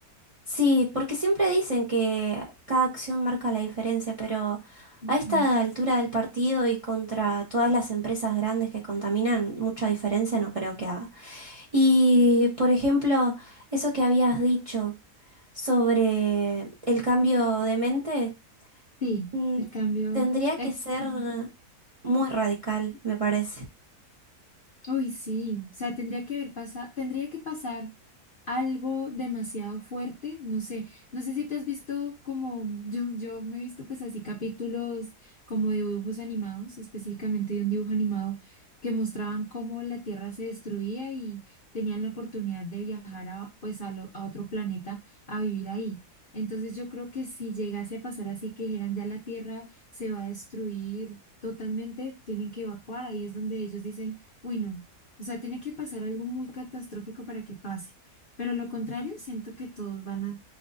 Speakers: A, on the right; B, on the left.
A: Sí, porque siempre dicen que cada acción marca la diferencia, pero
B: Ujú.
A: a esta altura del partido y contra todas las empresas grandes que contaminan, mucha diferencia no creo que haga. Y, por ejemplo, eso que habías dicho sobre el cambio de mente,
B: Sí,
A: mm,
B: el cambio,
A: tendría
B: el-
A: que ser
B: ajá.
A: muy radical, me parece.
B: Uy, sí, o sea, tendría que haber pasado, tendría que pasar algo demasiado fuerte, no sé, no sé si te has visto como, yo, yo me he visto pues así capítulos como dibujos animados, específicamente de un dibujo animado que mostraban cómo la Tierra se destruía y tenían la oportunidad de viajar a, pues a, lo- a otro planeta a vivir ahí. Entonces yo creo que si llegase a pasar así que dijeran ya la Tierra se va a destruir totalmente, tienen que evacuar, ahí es donde ellos dicen Uy, no. O sea, tiene que pasar algo muy catastrófico para que pase. Pero lo contrario, siento que todos van a,